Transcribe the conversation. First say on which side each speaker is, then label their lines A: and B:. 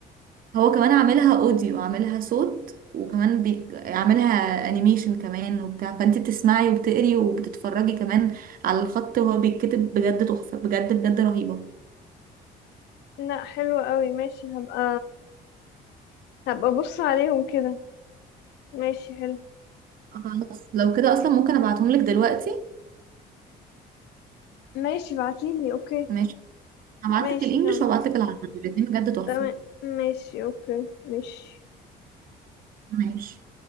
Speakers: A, on the right (about 55°); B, on the left (about 80°).
A: هو كمان عاملها أوديو عاملها صوت وكمان بي... عاملها أنيميشن كمان وبتاع فأنت بتسمعي وبتقري وبتتفرجي كمان على الخط وهو بيتكتب بجد تحفة بجد بجد رهيبة
B: لا حلو قوي ماشي هبقى هبقى بص عليهم كده ماشي حلو
A: خلاص لو كده أصلا ممكن أبعتهم لك دلوقتي
B: ماشي بعتيلي اوكي
A: ماشي هبعتلك
B: ماشي
A: الإنجليش
B: تمام
A: وهبعتلك العربي الاتنين بجد تحفة
B: تمام ماشي اوكي ماشي
A: ماشي